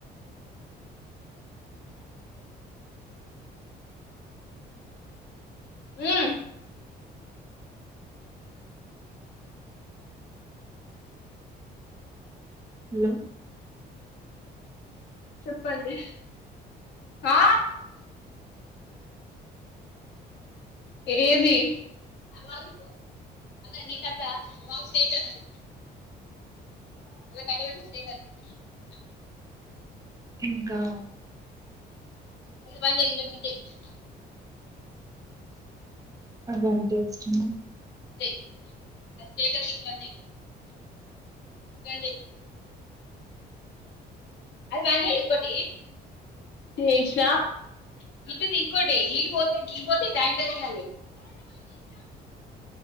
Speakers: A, on the left; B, on the right.
A: ఉమ్
B: హలో
A: చెప్పండి ఆ ఏది <unintelligible> <unintelligible>
B: ఇంకా
A: <unintelligible>
B: అవంటే ఇష్టమా
A: <unintelligible> రండి అది బంద్ చెయ్ ఇంకోటి చేసిన ఇటు దింకోటీ నీళ్ళ పోతా దిగిపోతే ఈ టాంకర్ వెయ్యాలి.